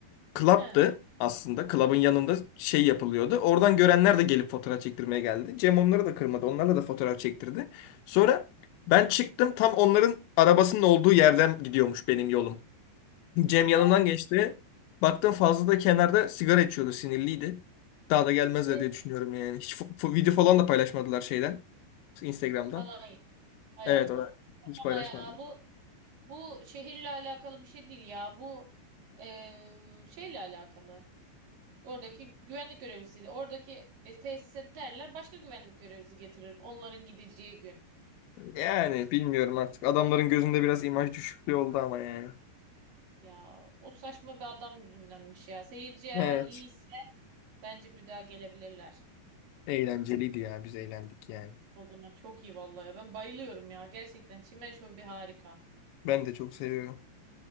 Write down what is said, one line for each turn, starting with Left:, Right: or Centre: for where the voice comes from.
Left: club'tı
Right: He.
Left: aslında. Club'ın yanında şey yapılıyordu. Oradan görenler de gelip fotoğraf çektirmeye geldi. Cem onları da kırmadı. Onlarla da fotoğraf çektirdi. Sonra ben çıktım. Tam onların arabasının olduğu yerden gidiyormuş benim yolum. Cem
Right: He.
Left: yanından geçti. Baktım fazla da kenarda sigara içiyordu, sinirliydi. Daha da gelmezler
Right: E,
Left: diye düşünüyorum yani. Hiç fo- fo- video falan da paylaşmadılar şeyden, Instagram'dan.
Right: Alanya. Ay
Left: Evet,
Right: Allah.
Left: o hiç paylaşmadılar.
Right: Ama ya bu bu şehirle alakalı bir şey değil ya. Bu e, şeyle alakalı. Oradaki güvenlik görevlisiyle. Oradaki e, tesise derler. Başka güvenlik görevlisi getirir. Onların gideceği gün.
Left: Yani bilmiyorum artık. Adamların gözünde biraz imaj düşüklüğü oldu ama yani.
Right: Ya o saçma bir adam yüzündenmiş ya. Seyirci eğer
Left: Evet,
Right: iyiyse bence bir daha gelebilirler.
Left: eğlenceliydi ya. Biz eğlendik yani.
Right: O zaman çok iyi vallahi. Ben bayılıyorum ya. Gerçekten çimen şovu bir harika.
Left: Ben de çok seviyorum.